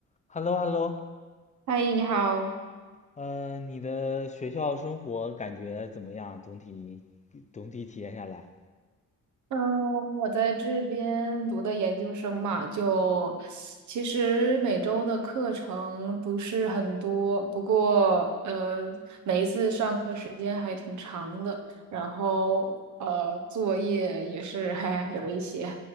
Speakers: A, on the left; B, on the right.
A: h e l l o h e l l o
B: 嗨，你好。
A: 呃，你的学校生活感觉怎么样？总体总体体验下来，
B: 嗯，我在这边读的研究生嘛，就其实每周的课程不是很多，不过呃，每一次上课时间还挺长的，然后呃，作业也是还有一些，